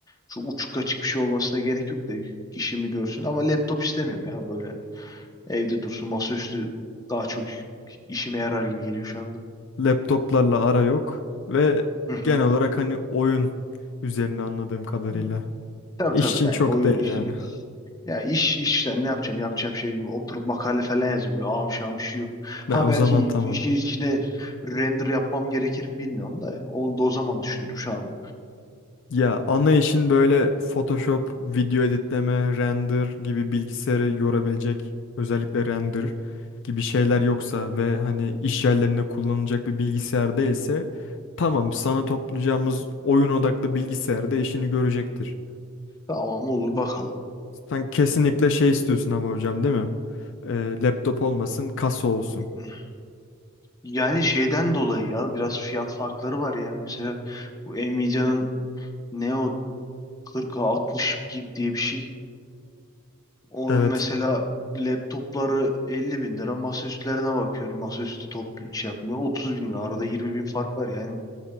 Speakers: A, on the left (about 20°); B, on the left (about 60°).
A: Çok uçuk kaçık bir şey olmasına gerek yok da işimi görsün. Ama laptop istemiyorum ya böyle evde dursun masaüstü daha çok işime yarar gibi geliyor şu anda.
B: Laptoplarla ara yok ve
A: Hı hı.
B: genel olarak hani oyun üzerine anladığım kadarıyla.
A: Hı. Tabii
B: İş
A: tabii
B: için
A: yani
B: çok
A: oyun
B: değil
A: iş,
B: yani.
A: ya iş işten ne yapacağım yapacağım şey oturup makale falan yazacağım böyle ağam şu an bir şey yok.
B: Ne
A: Ha
B: o
A: belki
B: zaman tamam.
A: işin içine render yapmam gerekir mi bilmiyorum da onu da o zaman düşünürüm şu an.
B: Ya ana işin böyle Photoshop, video editleme, render gibi bilgisayarı yorabilecek özellikle render gibi şeyler yoksa ve hani iş yerlerinde kullanılacak bir bilgisayar değilse tamam sana toplayacağımız oyun odaklı bilgisayarda işini görecektir.
A: Tamam olur bakalım.
B: Sen kesinlikle şey istiyorsun ama hocam değil mi? Ee, laptop olmasın, kasa olsun.
A: Hmm. Yani şeyden dolayı ya biraz fiyat farkları var yani mesela bu Nvidia'nın Neo 40-60 gibi diye bir şey. Onun
B: Evet.
A: mesela laptopları 50 bin lira masaüstlerine bakıyorum. Masaüstü top şey yapmıyor. 30 bin lira arada 20 bin fark var yani.